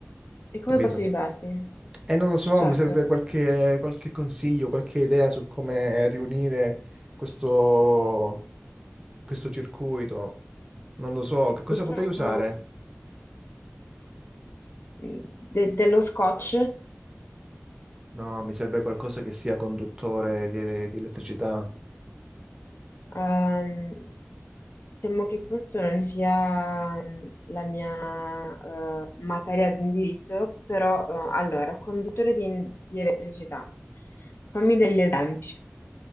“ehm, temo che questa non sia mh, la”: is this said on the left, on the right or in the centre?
Left